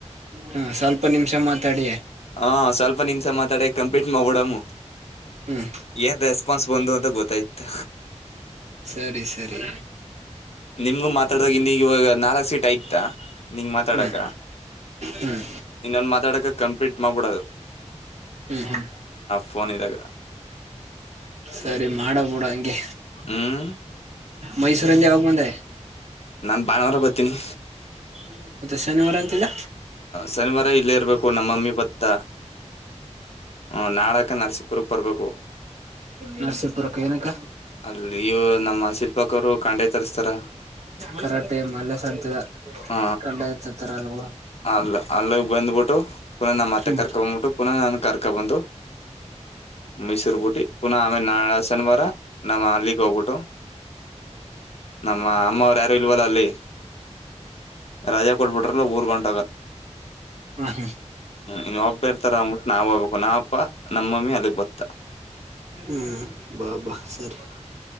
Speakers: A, on the right; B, on the left.
A: ಹ ಸ್ವಲ್ಪ ನಿಮಿಷ ಮಾತಾಡಿ
B: ಹ ಸ್ವಲ್ಪ ನಿಮಿಷ ಮಾತಾಡಿ ಕಂಪ್ಲೀಟ್ ಮಾಡ್ಬಿಡಮ್
A: ಹ್ಮ್
B: ಏನ್ ರೆಸ್ಪಾನ್ಸ್ ಬಂದು ಅಂತ ಗೊತ್ತಾಯ್ತ
A: ಸರಿ ಸರಿ
B: ನಿಮ್ಗು ಮಾತಾಡಾಗ ಇನ್ನಗ ಇವಾಗ ನಾಲ್ಕ್ ಸೀಟ್ ಆಯ್ತಾ ನಿಂಗ ಮಾತಾಡಕ
A: ಹ್ಮ್ ಹ್ಮ್
B: ಇನ್ನೊಂದು ಮಾತಾಡಕ ಕಂಪ್ಲೀಟ್ ಮಾಡ್ಬಿಡದು
A: ಹ್ಮ್ ಹ್ಮ್
B: ಫೋನ ಇದಾಗ.
A: ಸರಿ ಮಾಡಬುಡ ಗೆ
B: ಹ್ಮ್
A: ಮೈಸೂರಂದ ಯಾವಾಗ ಬಂದ
B: ನಾನ್ ಭಾನುವಾರ ಬರ್ತೀನಿ
A: ್ಮ ಮತ್ತೆ ಶನಿವಾರ ಅಂತಿಲ್ಲ
B: ಶನಿವಾರ ಇಲ್ಲೇ ಇರ್ಬೇಕು ನಮ್ಮ ಮಮ್ಮಿ ಬಂತ ಹ ಹ್ಮ ನಾಳಕ ನರಸಿಪುರಕ್ ಬರ್ಬೇಕು
A: ನರಸೀಪುರಕ್ಕೆ ಏನಕ್ಕ
B: ಅಲ್ಲಿ ಇವ್ ನಮ್ಮ ಶಿಲ್ಪಕರು ಕಂಡೆ ತರಿಸ್ತಾರ
A: ಕರಾಟೆ ಮಾಲೆಸ ಅಂತದ
B: ಹ
A: ಕಡ್ಡಾಯತತರ ಅಲ್ವ
B: ಅಲ್ಲ ಅಲ್ಲ ಬಂದ್ಬಿಟ್ಟು ಪುನಃ ನಮ್ಮ ಮತ್ತೆ
A: ಹ್ಮ್
B: ಕರ್ಕ ಬಂದ್ಬಿಟ್ಟು ಪುನಃ ನಾನು ಕರ್ಕ ಬಂದು ಮೈಸೂರು ಗಟೆ ಪು ಆಮ ನಾಳ ಶನಿವಾರ ನಮ್ಮ ಅಲ್ಲಿಗೆ ಹೋಗ್ಬಿಟ್ಟು ನಮ್ಮ ಅಮ್ಮವರು ಯಾರು ಇಲ್ವಲ್ಲ ಅಲ್ಲಿ ರಾಜಾ ಕೊಟ್ಬಿಟ್ರಲ್ಲ ಊರ್ ಗಂಟ
A: ಹ ಹ್ಮ್
B: ಇ ಒಬ್ಬಿ ಇರ್ತಾರ ಮುಟ್ ನವು ಪುನಪ್ಪಾ ನಮ್ಮಮ್ಮಿ ಅಲ್ಲಿಗ್ ಬತ್ತ
A: ಹ್ಮ್ ಬಾ ಬಾ ಸರಿ